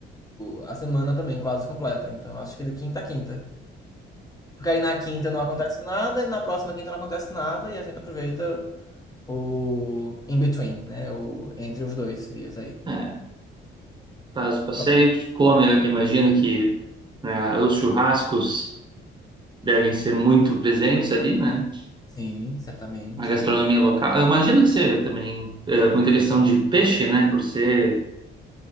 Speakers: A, on the left (about 20°); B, on the right (about 25°).
A: o, a semana também quase completa. Então acho que é de quinta a quinta. Porque aí na quinta não acontece nada, e na próxima quinta não acontece nada, e a gente aproveita. o in between, né? O, entre os dois dias aí.
B: É. Faz o passeio,
A: Pronto.
B: come, eu imagino que né, os churrascos devem ser muito presentes ali, né?
A: Sim, certamente.
B: A gastronomia local. Eu imagino que seja também é, muita questão de peixe, né? Por ser,